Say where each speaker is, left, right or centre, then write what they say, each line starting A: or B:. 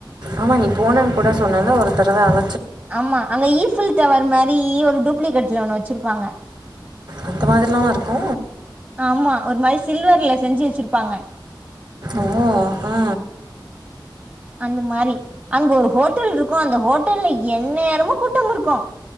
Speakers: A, on the right; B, on the right.
A: ஆமா நீ போனனு கூட சொன்னலே ஒருத்தரவ அழ
B: ஆமா அங்க ஈஃபில் டவர் மாரீ ஒரு டூப்ளிகேட்ல ஒண்ணு வச்சுருப்பாங்க.
A: அந்த மாதிரிலாமா இருக்கூ.
B: ஆமா ஒரு மாரி சில்வர்ல செஞ்சு வச்சுருப்பாங்க.
A: ஓ ஆ
B: அந்த மாரி அங்க ஒரு ஹோட்டல் இருக்கூ அந்த ஹோட்டல்ல என் நேரமு கூட்டமிருக்கு.